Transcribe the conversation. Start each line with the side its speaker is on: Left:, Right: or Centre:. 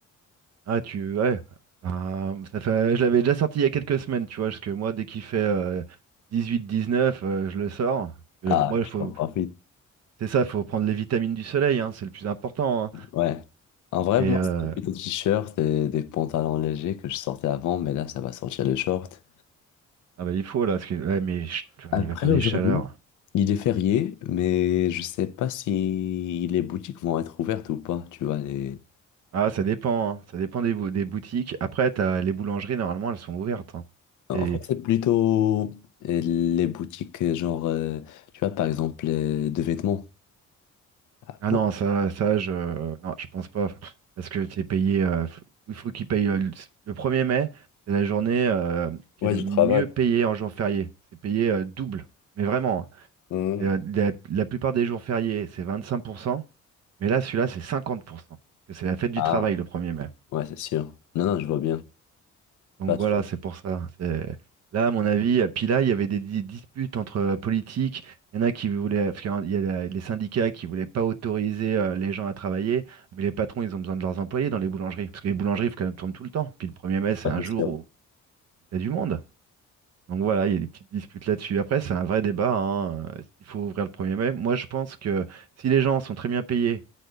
Right: ah tu ouais, Ah, ça fait, je l'avais déjà sorti il y a quelques semaines, tu vois, parce que moi dès qu'il fait euh, 18-19, euh, je le sors. Euh,
Left: Ah,
Right: moi il
Left: tu
Right: faut,
Left: en profites.
Right: c'est ça, il faut prendre les vitamines du soleil, hein, c'est le plus important. hein.
Left: Ouais. En vrai,
Right: Et
Left: moi,
Right: euh,
Left: c'était plutôt t-shirt et des pantalons légers que je sortais avant, mais là, ça va sortir le short.
Right: ah bah il faut là, parce que ouais, mais chut,
Left: Après,
Right: il va faire des
Left: aujourd'hui,
Right: chaleurs.
Left: il est férié, mais je sais pas si les boutiques vont être ouvertes ou pas. Tu vois, les...
Right: Ah ça dépend, hein, ça dépend des, bou- des boutiques. Après t'as les boulangeries normalement elles sont ouvertes. hein.
Left: En
Right: Et
Left: fait, c'est plutôt euh, les boutiques, euh, genre, euh, tu vois, par exemple, euh, de vêtements. Ah,
Right: Ah
Left: pour...
Right: non, ça, ça je, non, je pense pas. Parce que c'est payé, euh, faut- il faut qu'il paye euh, le, le 1 mai, c'est la journée euh, qui
Left: Ouais,
Right: est le
Left: du
Right: mieux
Left: travail.
Right: payée en jour férié. C'est payé euh, double. Mais vraiment, hein.
Left: Hmm.
Right: Et, euh, la, la plupart des jours fériés, c'est vingt-cinq pour cent mais là, celui-là, c'est 50%. Parce que c'est la fête du
Left: Ah,
Right: travail le premier mai.
Left: ouais, c'est sûr. Non, non, je vois bien.
Right: Donc
Left: Pas
Right: voilà,
Left: trop.
Right: c'est pour ça. C'est- Là, à mon avis, euh, puis là, il y avait des, di- disputes entre euh, politiques. Il y en a qui voulaient, parce qu'il y a la- les syndicats qui voulaient pas autoriser euh, les gens à travailler, mais les patrons, ils ont besoin de leurs employés dans les boulangeries, parce que les boulangeries, il faut qu'elles tournent tout le temps. Puis le 1er mai, c'est
Left: Ouais,
Right: un
Left: c'est
Right: jour
Left: sûr.
Right: où t'as du monde. Donc voilà, il y a des petites disputes là-dessus. Après, c'est un vrai débat, hein. Est-ce qu'il faut ouvrir le 1er mai? Moi, je pense que si les gens sont très bien payés